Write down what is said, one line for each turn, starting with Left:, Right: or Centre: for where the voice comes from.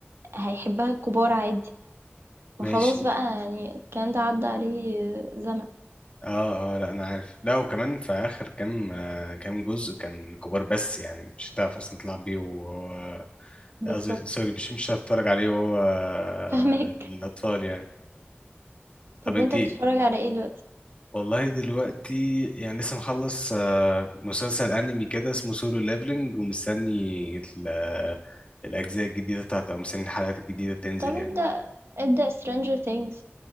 Right: هيحبها الكبار عادي،
Left: ماشي
Right: ما خلاص بقى يعني الكلام ده عدى عليه زمن،
Left: اه اه لا انا عارف لا وكمان في اخر كام آه، كام جزء كان كبار بس يعني مش هتعرف اصلا تلعب بيه وهو
Right: بالضبط،
Left: قصدي سوري مش مش هتعرف تتفرج عليه وهو آه،
Right: فاهماك.
Left: للاطفال
Right: <laughs>
Left: يعني طب
Right: طب
Left: انت
Right: وأنت بتتفرج على إيه دلوقتي؟
Left: والله دلوقتي يعني لسه مخلص آه، مسلسل انمي كده اسمه سولو ليفلنج ومستني ال- الاجزاء الجديده بتاعته او مستني الحلقات الجديده تنزل
Right: طب
Left: يعني
Right: ابدأ ابدأ Stranger Things